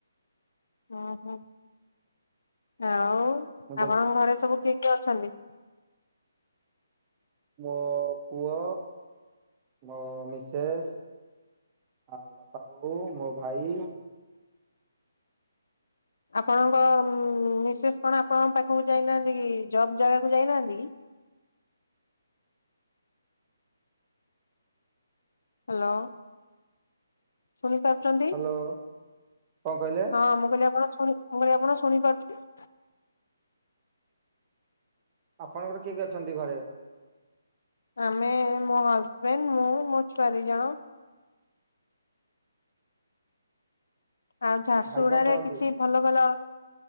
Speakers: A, on the left; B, on the right.
A: ଓହୋ ଆଉ
B: ମୁଁ ଦେ
A: ଆପଣଙ୍କ ଘରେ ସବୁ କି କିଏ ଅଛନ୍ତି?
B: ମୋ ପୁଅ ମୋ ମିସେସ୍ ଆଉ ବାପା ବୋଉ ମୋ ଭାଇ।
A: ଆପଣଙ୍କ ମିସେସ୍ କଣ ଆପଣଙ୍କ ପାଖକୁ ଯାଇନାହାନ୍ତି କି ଜବ୍ ଜାଗାକୁ ଯାଇନାହାନ୍ତି କି? ହାଲୋ। ଶୁଣିପାରୁଚନ୍ତି?
B: ହ୍ୟାଲୋ କଣ କହିଲେ
A: ହଁ ମୁଁ କହିଲି ଆପଣ ଶୁଣି ମୁଁ କହିଲି ଆପଣ ଶୁ ଶୁଣିପାରୁଚନ୍ତି। <inaudible>
B: ଆପଣଙ୍କର କିଏ କିଏ ଅଛନ୍ତି ଘରେ?
A: ଆମେ ମୋ ହଜବେଣ୍ଡ ମୁଁ ମୋ ଛୁଆ ଦିଇଜଣ। ଆଉ ଝାରସୁଗୁଡାରେ
B: ଭାଇ କଣ କରନ୍ତି?
A: କିଛି ଭଲ ଭଲ